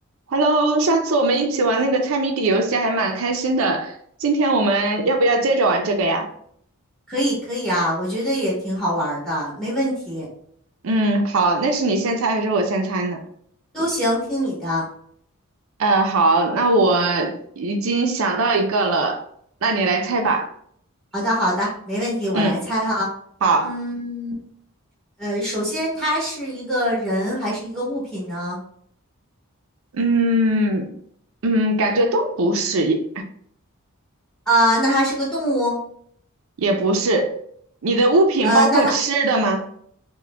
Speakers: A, on the right; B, in the centre.
A: Hello，上次我们一起玩那个猜谜底游戏还蛮开心的，今天我们要不要接着玩这个呀？
B: 可以，可以啊，我觉得也挺好玩儿的，没问题，
A: 嗯，好，那是你先猜还是我先猜呢？
B: 都行，听你的。
A: 呃，好，那我已经想到一个了，那你来猜吧。
B: 好的，好的，没问题，我来猜哈。
A: 嗯，好，
B: 嗯，呃，首先它是一个人还是一个物品呢？
A: 嗯嗯，感觉都不是，也
B: 啊、那它是个动物？
A: 也不是。你的物品包括吃的吗？
B: 呃，那它